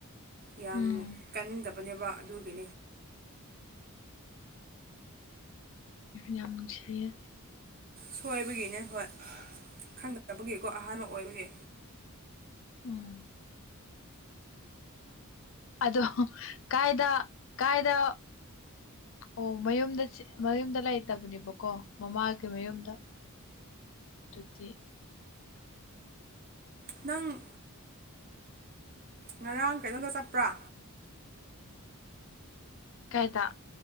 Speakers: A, on the right; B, on the left.
A: ꯌꯥꯝ
B: ꯎꯝ
A: ꯀꯟꯗꯕꯅꯦꯕ ꯑꯗꯨꯒꯤ
B: ꯌꯥꯝ ꯅꯨꯡꯁꯤꯌꯦ
A: ꯁꯣꯏꯕꯒꯤꯅꯦ ꯍꯣꯏ ꯈꯪꯅꯗꯕꯒꯤꯀꯣ ꯑꯍꯥꯟꯕ ꯑꯣꯏꯕꯒꯤ
B: ꯎꯝ ꯑꯗꯣ ꯀꯥꯏꯗ ꯀꯥꯏꯗ ꯑꯣ ꯃꯌꯨꯝꯗ ꯃꯌꯨꯝꯗ ꯂꯩꯇꯕꯅꯦꯕꯀꯣ ꯃꯃꯥꯒꯤ ꯃꯌꯨꯝꯗ ꯑꯗꯨꯗꯤ
A: ꯅꯪ ꯉꯔꯥꯡ ꯀꯩꯅꯣꯗ ꯆꯠꯄ꯭ꯔꯥ
B: ꯀꯥꯏꯗ